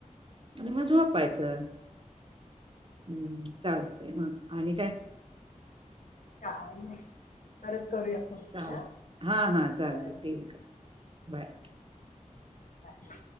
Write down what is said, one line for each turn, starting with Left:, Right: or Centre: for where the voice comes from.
Right: आणि म झोपायचं हम्म चालतेय मग आणि काय
Left: काय नाही परत करूया फोन.
Right: चाल
Left: हा.
Right: हा हा चालते
Left: बर.
Right: ठीक आहे बाय.
Left: बाय